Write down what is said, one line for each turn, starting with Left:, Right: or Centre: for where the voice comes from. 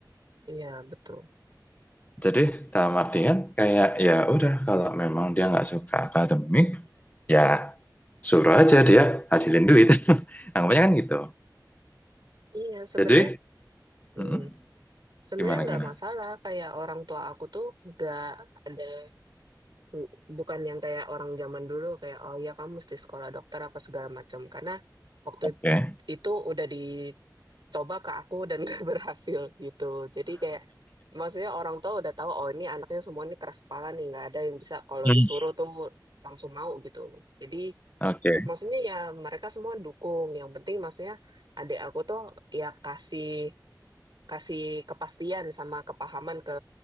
Right: Iya, betul.
Left: Jadi dalam artian kayak ya udah kalau memang dia nggak suka akademik, ya suruh aja dia hasilin duit. <laughs> anggapannya kan gitu.
Right: Iya, sebenarnya
Left: Jadi
Right: mm,
Left: hmm,
Right: sebenarnya
Left: gimana
Right: nggak
Left: gimana?
Right: masalah. Kayak orang tua aku tuh nggak ada Bu- bukan yang kayak orang zaman dulu kayak oh ya kamu mesti sekolah dokter apa segala macam karena waktu
Left: Oke,
Right: itu udah dicoba ke aku dan <laughs> gak berhasil gitu jadi kayak maksudnya orang tua udah tahu oh ini anaknya semua ini keras kepala nih nggak ada yang bisa kalau
Left: Hmm.
Right: disuruh tuh langsung mau gitu jadi
Left: oke, okay.
Right: maksudnya ya mereka semua dukung yang penting maksudnya adik aku tuh ya kasih kasih kepastian sama kepahaman ke